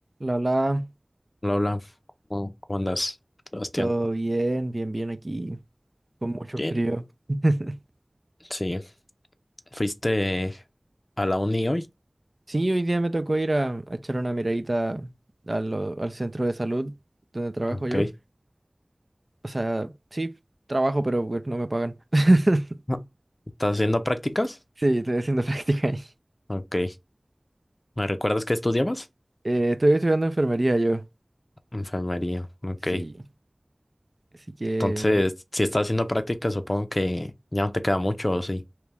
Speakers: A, on the right; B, on the left.
A: Lala,
B: Hola, hola. ¿Cómo, cómo andas, Sebastián?
A: todo bien, bien, bien aquí, con mucho
B: Bien.
A: frío. <laughs>
B: Sí. ¿Fuiste a la uni hoy?
A: Sí, hoy día me tocó ir a, a echar una miradita a lo- al centro de salud donde trabajo
B: Ok.
A: yo. O sea, sí, trabajo, pero pues, no me pagan. <laughs>
B: No. ¿Estás haciendo prácticas?
A: Sí, estoy haciendo <laughs> práctica ahí.
B: Ok. ¿Me recuerdas que estudiabas?
A: Eh, estoy estudiando enfermería yo.
B: Enfermería. Ok.
A: Sí, así que...
B: Entonces, si estás haciendo prácticas, supongo que ya no te queda mucho, ¿o sí?